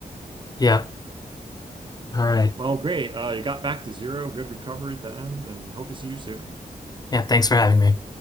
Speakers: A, on the left (about 25°); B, on the right (about 30°).
A: Yep. All right.
B: Well, great. Uh you got back to zero. Good recovery at the end and hope to see you soon.
A: Yeah, thanks for having me.